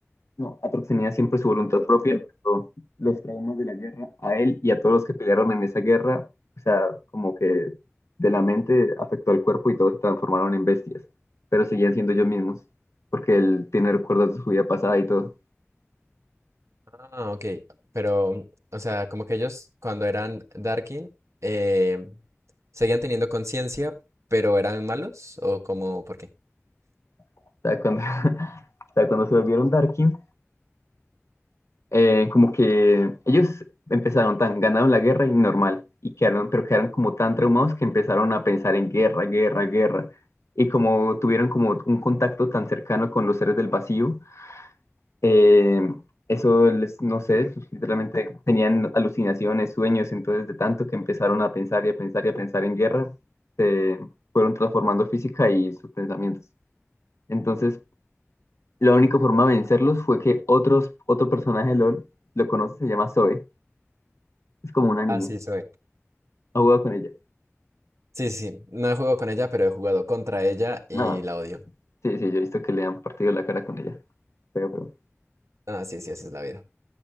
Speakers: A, on the left; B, on the right.
A: No, Atrox tenía siempre su voluntad propia, pero los traumas de la guerra a él y a todos los que pelearon en esa guerra, o sea, como que de la mente afectó al cuerpo y todos se transformaron en bestias, pero seguían siendo ellos mismos, porque él tiene recuerdos de su vida pasada y todo.
B: Ah, ok. Pero, mm, o sea, como que ellos cuando eran Darkin eh, seguían teniendo conciencia, pero eran malos o como, ¿por qué?
A: O sea, cuando, <laughs> o sea, cuando se volvieron Darkin, eh, como que ellos empezaron tan, ganaron la guerra y normal, y quedaron, pero quedaron como tan traumados que empezaron a pensar en guerra, guerra, guerra. Y como tuvieron como un contacto tan cercano con los seres del vacío, eh, eso les, no sé, literalmente tenían alucinaciones, sueños, entonces de tanto que empezaron a pensar y a pensar y a pensar en guerra, se fueron transformando física y sus pensamientos. Entonces, la única forma de vencerlos fue que otros, otro personaje de LOL lo conoce, se llama Zoe Es como una niña.
B: Ah, sí, soy.
A: Ha jugado con ella.
B: Sí, sí, no he jugado con ella, pero he jugado contra ella
A: No,
B: y la odio.
A: sí, sí, yo he visto que le han partido la cara con ella. Pero, pero-
B: Ah, sí, sí, así es la vida.